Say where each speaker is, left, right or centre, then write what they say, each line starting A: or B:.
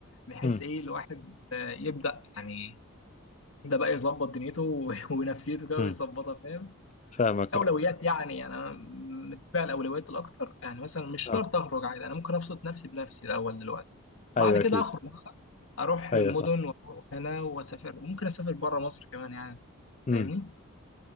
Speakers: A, on the left; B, on the left.
A: بحيث
B: امم
A: ايه الواحد آه، يبدا يعني يبدا بقى يظبط دنيته <laughs> ونفسيته كده
B: امم
A: ويظبطها فاهم
B: فاهمك
A: اولويات
B: اه
A: يعني انا متبع الاولويات الاكتر يعني مثلا مش
B: آه.
A: شرط اخرج عادي انا ممكن ابسط نفسي بنفسي الاول دلوقتي
B: أيوه
A: بعد كده
B: أكيد
A: اخرج بقى اروح
B: أيوه
A: المدن
B: صح
A: واروح هنا واسافر وممكن اسافر بره مصر كمان يعني
B: امم
A: فاهمني